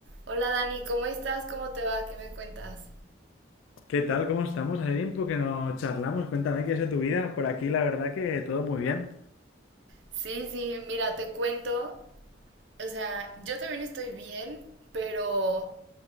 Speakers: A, on the right; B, on the left.
A: Hola Dani, ¿cómo estás? ¿Cómo te va? ¿Qué me cuentas?
B: ¿Qué tal? ¿Cómo estamos? Hace tiempo que no charlamos. Cuéntame qué es de tu vida. Por aquí, la verdad que todo muy bien.
A: Sí, sí, mira, te cuento. O sea, yo también estoy bien, pero